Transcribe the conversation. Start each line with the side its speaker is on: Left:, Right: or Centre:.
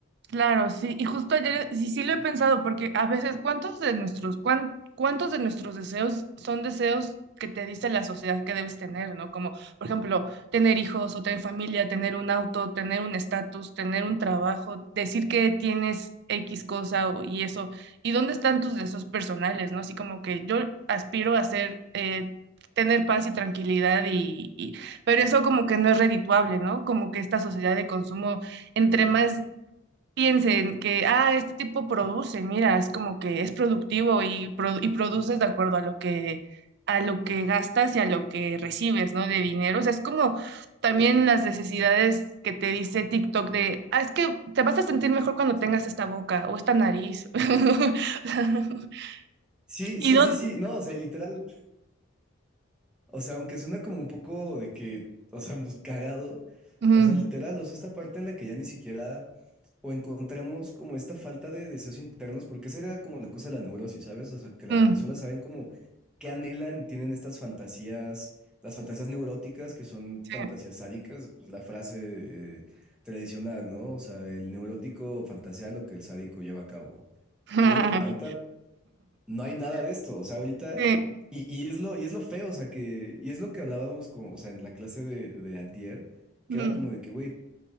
Right: Claro, sí, y justo ayer
Centre: Y-
Right: sí, sí lo he pensado, porque a veces, ¿cuántos de nuestros, cuán- cuántos de nuestros deseos son deseos que te dice la sociedad que debes tener, ¿no? Como, por ejemplo, tener hijos o tener familia, tener un auto, tener un estatus, tener un trabajo, decir que tienes X cosa o- y eso. ¿Y dónde están tus deseos personales, ¿no? Así como que yo aspiro a ser, eh, tener paz y tranquilidad y, y, pero eso como que no es redituable, ¿no? Como que esta sociedad de consumo entre más piensen que, ah, este tipo produce, mira, es como que es productivo y, pro- y produces de acuerdo a lo que, a lo que gastas y a lo que recibes, ¿no? De dinero. O sea, es como también las necesidades que te dice TikTok de, ah, es que te vas a sentir mejor cuando
Centre: Sí.
Right: tengas esta boca o esta nariz. <laughs>
Centre: Sí,
Right: Y
Centre: sí,
Right: dónde...
Centre: sí, sí. No, o sea, y literal, O sea, aunque suena como un poco de que, o sea, pues, cagado,
Right: Mm,
Centre: o sea, literal, o sea, esta parte en la que ya ni siquiera o encontramos como esta falta de deseos internos, porque esa era como la cosa de la neurosis, ¿sabes? O sea, que las
Right: mm,
Centre: personas saben como qué anhelan y tienen estas fantasías, las fantasías neuróticas que son
Right: sí.
Centre: fantasías sádicas, pues, la frase eh, tradicional, ¿no? O sea, el neurótico fantasea lo que el sádico lleva a cabo.
Right: <laughs>
Centre: Pero, güey, ahorita no hay nada de esto, o sea, ahorita,
Right: Sí.
Centre: y, y es lo, y es lo feo, o sea, que, y es lo que hablábamos con, o sea, en la clase de, de antier,
Right: mm,
Centre: que era como de que, güey,